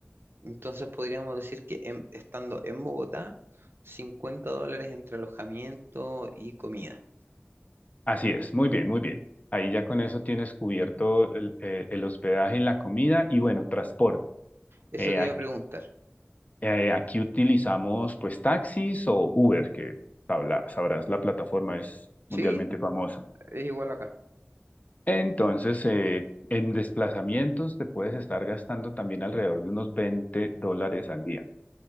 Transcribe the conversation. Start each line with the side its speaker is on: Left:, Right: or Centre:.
Right: entonces podríamos decir que en- estando en Bogotá, 50 dólares entre alojamiento y comida.
Left: Así es, muy bien, muy bien. Ahí ya con eso tienes cubierto el, eh, el hospedaje y la comida y bueno, transporte.
Right: Eso
Left: Eh,
Right: te
Left: ac-
Right: iba a preguntar.
Left: eh, aquí, utilizamos pues taxis o Uber, que sabla- sabrás, la plataforma es
Right: Sí,
Left: mundialmente famosa.
Right: es igual acá.
Left: Entonces, eh, en desplazamientos te puedes estar gastando también alrededor de unos 20 dólares al día,